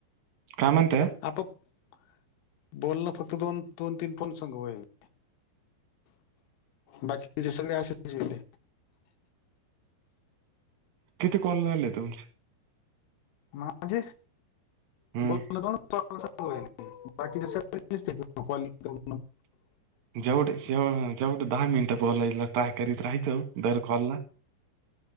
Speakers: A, on the right (about 50°); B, on the left (about 85°).
A: कामात आहे.
B: आता आप बोलण फक्त दोन-दोन तीन फोन सांग व्हायलय. बाकीचे सगळे असेच गेले.
A: किती कॉल झाले तुमचे?
B: माझे
A: हम्म
B: बोलन दोनच बाकी <unintelligible> बाकीचे सगळे. तेहतीस टक्के <unintelligible>
A: जेवढेेव जेवढं दहा मिनिटं बोलायला ट्राय करीत राहायचं दर कॉलला